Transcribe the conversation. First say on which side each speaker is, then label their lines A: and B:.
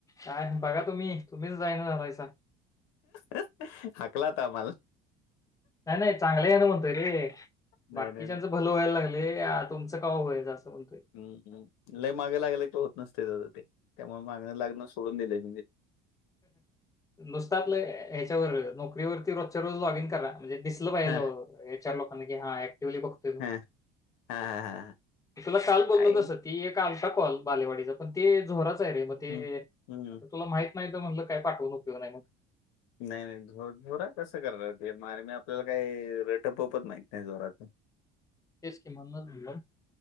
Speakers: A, on the left (about 15°); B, on the left (about 85°).
A: काय बघा तुम्ही तुम्हीच जाय ना झालायचा.
B: <inaudible> हकला अता आम्हाला.
A: नाही नाही चांगले ह्यान म्हणतोय रे
B: नाही,
A: बाकीच्याच
B: नाही, नाही.
A: भलं व्हायला लागल. ते अ तुमचं कवा होतंय असं म्हणतोय.
B: हम्म्, हम्म, लई मागे लागल की होत नसते तस ते त्यामुळे माग लागण सोडून दिलंय मी.
A: नुसता आपलं ह्याच्यावर नोकरीवरती रोजच्या रोज लॉगिंन करा. म्हणजे दिसलं पाहिलं
B: हां,
A: लो या चार लोकांना की हा ऍक्टिव्हली बघतोय.
B: हां, हां, हां, हां.
A: <inaudible> तुला काल बोललो
B: काय
A: तस. ती एक अलता कॉल बालेवाडीचा पण ते जोराच आहे रे मग ते
B: हं, हं.
A: तुला माहित नाही तर म्हटलं काय पाठवून उपयोग नाही.
B: नाही नाही झो झोरा कसं करत्यात रे मारणी आपल्याला काही रेट पपत नाही झोराचं. <inaudible>
A: तेच किमान म्हणूनच म्हनलं